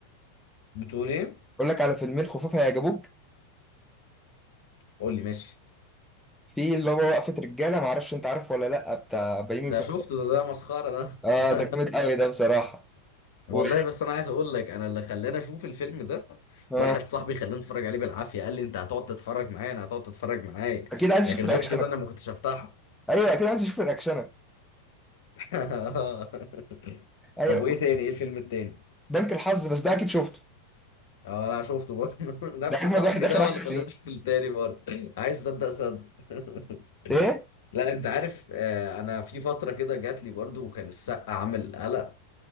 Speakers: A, on the left; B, in the centre.
A: بتقول إيه؟
B: اقول لك على فيلمين خفاف هيعجبوك
A: قول لي ماشي
B: في اللي هو وقفه رجاله ما اعرفش انت عارفه ولا لا بتاع بيومي
A: ده
B: فؤاد
A: شفته ده ده مسخرة ده
B: اه
A: <laughs>
B: ده جامد قوي ده بصراحه
A: والله
B: و...
A: بس انا عايز اقول لك انا اللي خلاني اشوف الفيلم ده
B: آه.
A: واحد صاحبي خلاني اتفرج عليه بالعافية قال لي انت هتقعد تتفرج معايا انا هتقعد تتفرج معايا
B: اكيد عايز
A: لكن
B: اشوف رياكشنك
A: غير كده انا ما كنتش هفتحه
B: ايوه اكيد عايز اشوف رياكشنك
A: <laughs>
B: ايوه
A: طب وايه تاني ايه الفيلم التاني
B: بنك الحظ بس ده اكيد شفته
A: اه لا شفته برضه <laughs>
B: ده
A: نفس
B: اجمد
A: صاحبي
B: واحد اخر
A: ده هو
B: 10
A: اللي
B: سنين
A: خلاني اشوف التاني برضه <laughs> عايز صدق صدق
B: ايه
A: <laughs> لا انت عارف آه، انا في فتره كده جات لي برضو وكان السقا عامل قلق